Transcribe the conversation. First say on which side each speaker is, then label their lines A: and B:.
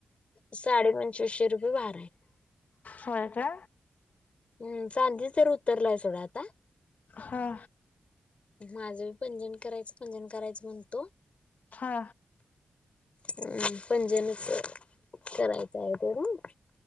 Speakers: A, on the left; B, on the left.
A: साडेपंचवीशे रुपये भार आहे
B: हो आता
A: हम् सांधे तर उतरलाय सोडा आता
B: हा
A: माझं बी पंजन करायचं पंजन करायचं म्हणत
B: हा
A: हम् पजे न करायचं आहे तेोरं